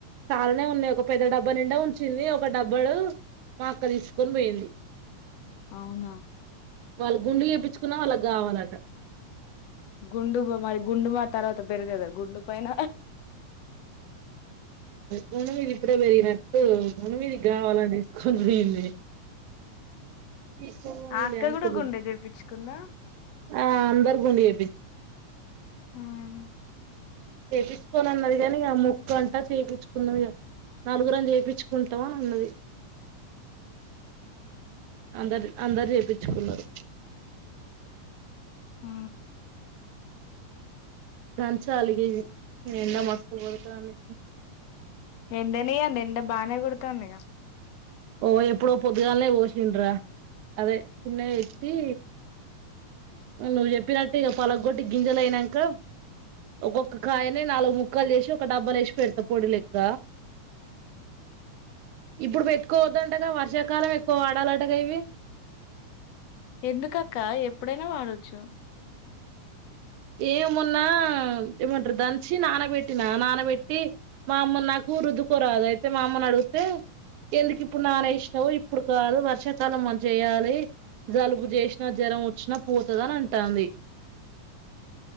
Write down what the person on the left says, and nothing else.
అవునా
గుండు మరి గుండు మా తర్వాత పెరుగదా గుండు పైన.
ఆ అక్క
కూడా గుండె చేపించుకుందా
ఆహా
ఆ
ఎండనీయండి ఎండ బానేే కొడుతాందిగా.
ఎందుకు అక్కా ఎప్పుడైనా వాడొచ్చు.